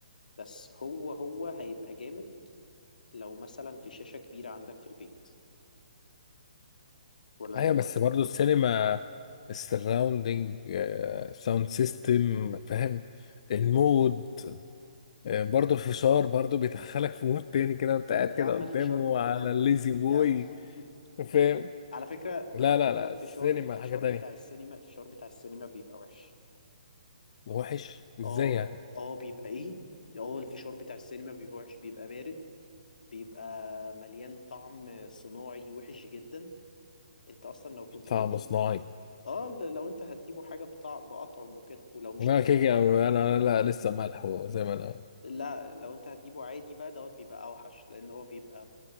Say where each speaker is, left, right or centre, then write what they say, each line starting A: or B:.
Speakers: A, on the left (about 80°); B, on the left (about 50°).
A: بس هو هو هيبقى جامد لو مثلا في شاشة كبيرة عندك في البيت ولا انت
B: ايوه
A: ايه رأيك؟
B: بس برضو السينما السراوندينج ساوند سيستم فاهم
A: مم.
B: المود آه، برضو الفشار برضو بيدخلك في مود تاني كده وانت قاعد
A: يا
B: كده
A: عم
B: قدامه
A: الفشار ممكن
B: على
A: نعملوه
B: الليزي
A: في البيت
B: بوي
A: يا عم <laughs>
B: فاهم
A: على فكرة
B: لا
A: على
B: لا
A: فكرة
B: لا
A: الفشار
B: السينما
A: الفشار
B: حاجة تانية
A: بتاع السينما الفشار بتاع السينما بيبقى وحش
B: وحش ازاي
A: اه
B: يعني
A: اه بيبقى ايه اه الفشار بتاع السينما بيبقى وحش بيبقى بارد بيبقى مليان طعم صناعي وحش جدا انت اصلا لو كنت
B: طعم
A: جبت
B: صناعي
A: اه ل- لو انت هتجيبه حاجه بطع... باطعم وكده ولو مش
B: لا
A: هتجيبه
B: كيكي
A: باطعم
B: انا أنا- لا لسه ملح زي ما انا
A: لا لو انت هتجيبه عادي بقى دوت بيبقى اوحش لان هو بيبقى